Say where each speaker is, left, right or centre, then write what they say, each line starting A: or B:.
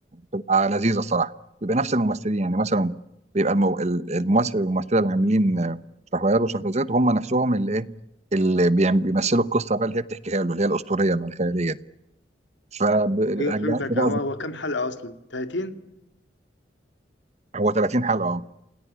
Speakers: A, on the right; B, on the left.
A: بتبقى لذيذة الصراحة بيبقى نفس الممثلين يعني مثلا بيبقى المو- ال- الممثل والممثلة اللي عاملين آه، شهريار وشهرزاد هم نفسهم اللي إيه اللي بيعم- بيمثلوا القصة بقى اللي هي بتحكيها له اللي هي الأسطورية اللي الخيالية دي فرجعت
B: ايوه فهمتك
A: لي بقى
B: هو هو كام حلقة أصلا 30
A: هو 30 حلقة أه